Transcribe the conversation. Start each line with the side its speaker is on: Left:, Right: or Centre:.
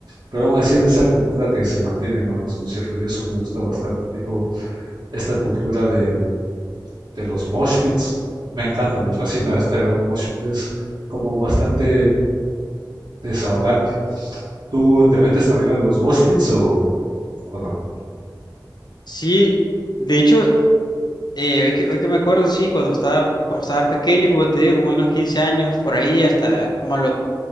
Right: pero aún así es esa actitud la que se mantiene, ¿no? en los conciertos y eso me gusta bastante, tipo esta cultura de, de los mosh pits. Me encanta, me fascina
Left: Ujú.
Right: estar en un mosh pit. Es como bastante desahogante. ¿Tú te metes también a los mosh pits o, o no?
Left: Sí, de hecho, eh, hoy que, hoy que me acuerdo, sí, cuando estaba, cuando estaba pequeño, como te digo, como unos 15 años, por ahí hasta como a los